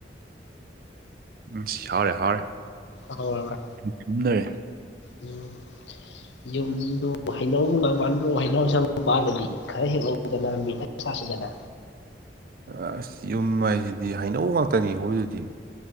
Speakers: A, on the right; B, on the left.
A: <unintelligible> ꯍꯥꯥꯎꯔꯦ ꯍꯥꯎꯔꯦ
B: ꯍꯥꯎꯔꯕꯔ‌ꯥ
A: ꯑꯗꯨꯝ ꯂꯩꯔꯤ
B: ꯎꯝ ꯌꯨꯝꯗꯣ ꯍꯩꯅꯧ ꯒꯨꯝꯒꯥꯡ ꯄꯗ꯭ꯔꯣ ꯍꯩꯅꯧ ꯑꯁꯥꯡ ꯄꯥꯜꯂꯗꯤ ꯈꯔ ꯍꯦꯛꯂꯛꯎꯗꯅ ꯃꯦꯠꯂ ꯆꯥꯁꯤꯗꯅ
A: ꯑꯥꯁ ꯌꯨꯝ ꯍꯥꯏꯁꯤꯗꯤ ꯍꯩꯅꯧ ꯉꯥꯛꯇꯅꯤ ꯑꯩꯈꯣꯏꯗꯨꯗꯤ